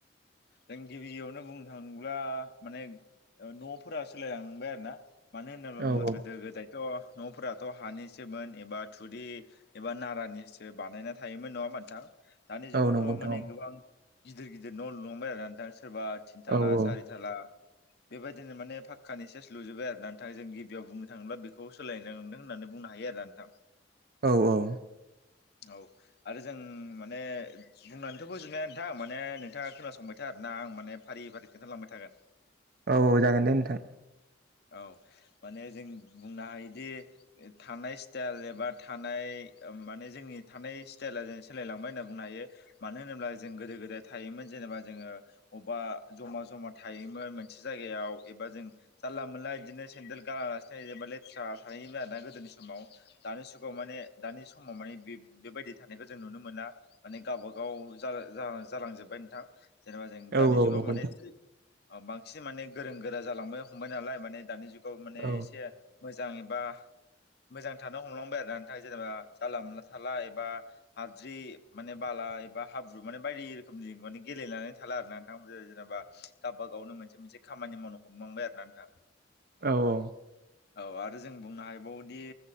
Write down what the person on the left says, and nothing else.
जों गिबियावनो बुंनो थाङोब्ला माने न'फोरा सोलायलांबाय आरोना मानो होननानै बुङोबा
गोदो गोदाय थ' न'फोराथ' हानिसोमोन एबा थुरि एबा नारानिसो बानायना थायोमोन नङा होमबा नोंथां दानि जुगावथ'
माने गोबां गिदिर गिदिर न' लुलांबाय आरो ना नोंथां। सोरबा थिन थाला
सारि थाला बेबायदिनो माने पाक्कानि सेस लुजोबबाय आरो नोंथां जों गिबियाव बुंनो थाङोब्ला बेखौ सोलायनाय नुदों होननानै बुं बुंनो हायो आरोना नोंथां।
औ आरो जों माने बुंनानैथ' फोजोबनो हाया नोंथां माने नोंथाङा खोनासंबाय था आरोना आं माने फारि फारि खिन्थालांबाय थागोन
औ माने जों बुंनो हायोदि थानाय स्टाइल एबा थानाय माने जोंनि थानाय स्टाइला जोंनि सोलायलांबाय होनना बुंनो हायो। मानो होनोब्ला जों गोदो गोदाय थायोमोन जेनबा जोङो अबेबा जमा जमा थायोमोन मोनसे जायगायाव एबा जों जानला मोनला बिदिनो सेन्देल गानालासिनो लथ्रा थायोमोन आरो ना गोदोनि समाव दानि जुगाव माने दानि समाव बेबायदि थानायखौ जों नुनो मोना माने गावबा गाव जाला -जाला जालांजोबबाय नोंथां। जेनेबा जों दानि
जुगाव
माने
बांसिन माने गोरों गोरा जालांनो हमबाय नालाय माने दानि जुगाव माने
एसे मोजां एबा मोजां थानो हमलांबाय आरोना नोंथां जेनेबा जानला मानला थाला एबा हाद्रि माने बाला एबा हाब्रु माने बायदि रोखोमनि माने गेलेनानै थाला आरो ना नोंथां जेनेबा गावबा गावनो मोनसे मोनसे खामानि मावनो हमलांबाय आरोना नोंथां।
औ आरो जों बुंनो हाबावोदि